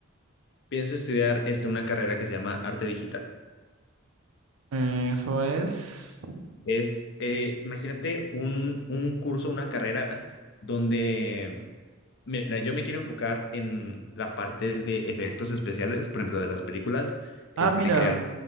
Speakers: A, on the left (about 55°); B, on the right (about 75°).
A: Pienso estudiar, este, una carrera que se llama arte digital.
B: Eh, eso es.
A: Es, eh, imagínate un, un curso, una carrera donde, mira, yo me quiero enfocar en la parte de efectos especiales, por ejemplo, de las películas, este,
B: Ah, mira.
A: crear